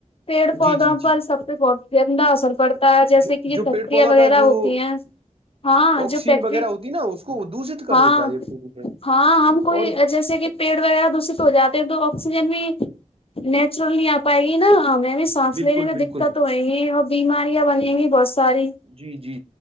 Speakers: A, on the left; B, on the right.
A: پیڑ پودا
B: جی جی جی
A: سب سے بہت زندہ اثر پڑتا ہے جیسے
B: جو
A: کہ یہ
B: جو
A: فیکٹریاں
B: پیڑ پودا
A: وغیرہ
B: کا جو
A: ہوتی ہیں ہاں
B: آکسیجن
A: جو پیک
B: وغیرہ ہوتی نا اس کو دشت کر
A: ہاں
B: دیتا ہے یہ پردوشن
A: ہاں ہم کوئی
B: اور
A: جیسے کہ پیڑ وغیرہ دشت ہو جاتے ہیں تو آکسیجن بھی نیچرل نہیں آ پائے گی نا ہمیں بھی سانس
B: بالکل
A: لینے میں
B: بالکل
A: دق کت ہو ےگی اور بیماریاں بنی گی بہت ساری
B: جی جی